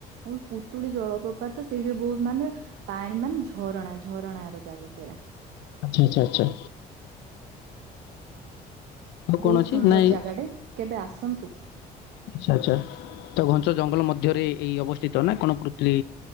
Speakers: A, on the right (about 80°); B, on the left (about 80°).
A: ଆବେ ପୁତୁଳି ଜଳପ୍ରପାତ ସେଇଠି ବହୁତ ମାନେ। ପାଣୀ ମାନେ ଝରଣା ଝରଣା ର ଜାଗା ସେଇଟା।
B: ଆଛା ଆଛା ଆଛା। ଆଉ କଣ
A: ବହୁତ
B: ଅଛି
A: ସୁନ୍ଦର
B: ନାଇଁ
A: ଜାଗାଟେ କେବେ ଆସନ୍ତୁ।
B: ଆଛା ଆଛା ତ ଘଞ୍ଚ ଜଙ୍ଗଲ ମଧ୍ୟରେ ଏଇ ଅବସ୍ଥିତ ନା କଣ ପୂତୁଳି।